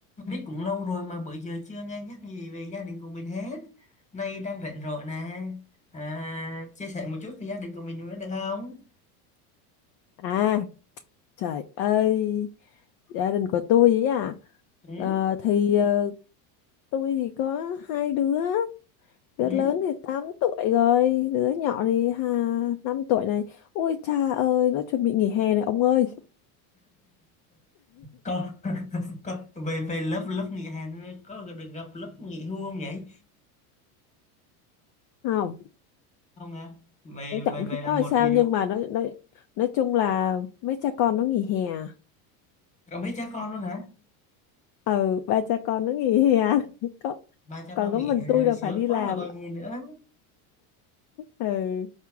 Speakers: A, on the left (about 15°); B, on the left (about 45°).
A: biết cũng lâu rồi mà bữa giờ chưa nghe nhắc gì về gia đình của mình hết nay đang rảnh rỗi nè à, chia sẻ một chút về gia đình của mình nữa được không
B: À, trời ơi, gia đình của tôi ấy à.
A: ừ,
B: Ờ, thì ờ, tôi thì có hai đứa, đứa
A: ừ.
B: lớn thì 8 tuổi rồi, đứa nhỏ thì ha, 5 tuổi này. Ôi cha ơi, nó chuẩn bị nghỉ hè này ông ơi.
A: Còn, còn về về lớp lớp nghỉ hè nữa, có được gặp lớp nghỉ hưu không nhỉ
B: Không,
A: không à về
B: cũng
A: về
B: chẳng
A: về
B: biết
A: là
B: nói
A: một
B: sao
A: mình
B: nhưng
A: ạ,
B: mà nó, nó nói chung là mấy cha con nó nghỉ hè. à?
A: có mấy cha con luôn hả
B: Ừ, ba cha con nó nghỉ hè. <laughs> Có,
A: ba cha
B: còn
A: con
B: có
A: nghỉ
B: mình
A: hè
B: tôi là
A: sướng
B: phải đi làm.
A: quá rồi còn gì nữa
B: Ừ.